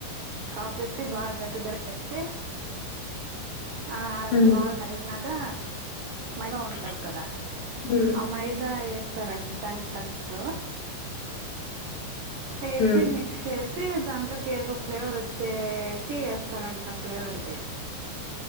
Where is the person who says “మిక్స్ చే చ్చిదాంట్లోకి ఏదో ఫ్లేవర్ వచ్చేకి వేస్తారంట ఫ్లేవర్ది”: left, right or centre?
Right